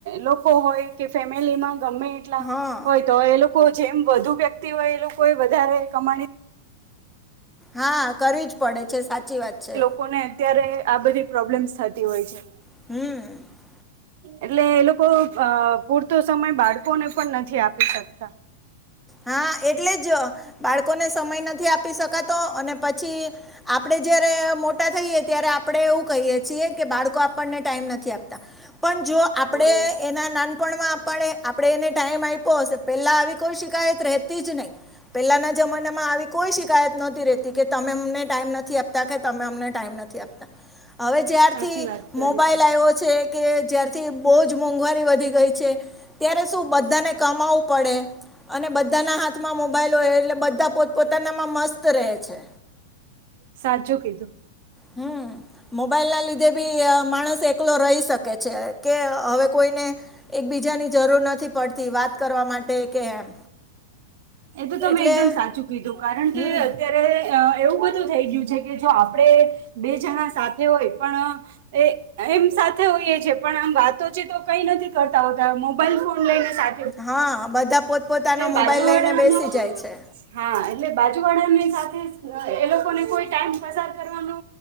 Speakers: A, on the right; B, in the centre.
A: લોકો હોય કે ફેમિલી માં ગમે એ એટલા
B: હા
A: હોય તો એ લોકો જેમ વધુ વ્યક્તિ હોય એ લોકો એ વધારે કમાણી
B: હા કરવી જ પડે છે સાચી વાત. છે
A: લોકોને અત્યારે આ બધી પ્રોબ્લેમ્સ થતી હોય છે.
B: <unintelligible>
A: એટલે એ લોકો અ પૂરતો સમય બાળકોને પણ નથી આપી શકતા.
B: હા એટલે જ બાળકોને સમય નથી આપી શકાતો અને પછી આપડે જયારે મોટા થઈએ ત્યારે આપડે એવું કહીએ છીએ કે બાળકો આપણને ટાઈમ નથી આપતા પણ જો આપડે
A: હમ
B: એના ના નપણમા આપાડે આપણે એને ટાઈમ આય્પો હશે પેલા આવી કોઈ શી કાયત રહેતી જ નઈ પેલાના જમાનામા આવી કોઈ શિકાયત નોત તી રહેતી કે તમે અમને ટાઈમ નથી આપતા કે તમે અમને ટાઈમ નથી આપત હવે જ્યારથી
A: સાચી વાત કરી
B: મોબાઈલ
A: તમે
B: આય્વો છે કે જ્યારથી બોજ મોંઘવારી વધી ગય છે ત્યારે શું બધાને કમાવું પડે અને બધાના હાત હાથમાં મોબાઈલ હોય એટલે બધા પોત પોતાનામાં મસ્ત રહે છે.
A: સાચું કીધું.
B: હમ મોબાઈલ ના લીધે ભી અ માણસ એકલો રહી શકે છે કે હવે કોઈને એક બીજાની જરૂર નથી પડતી વાત કરવા માટે કે એમ
A: એ તો તમે
B: એટલે
A: એકદમ સાચું કારણ
B: હમ
A: કે અત્યારે અ એવું બધું થઈ ગયું છે કે જો આપડે બે જણા સાથે હોય પણ એ એમ સાથે હોઈએ છે પણ આમ વાતો ચિતો કઈ નથી કરતા હોતા મોબાઈલ ફોન લઈને સા
B: હા બધા પોતપોતાનો મોબાઈલ
A: બાજુવાળાનો
B: લઈને બેસી જાય છે.
A: હા એટલે બાજુવાળાનીય સાથે એ લોકોને કોઈ ટાઈમ પસાર કરવાનો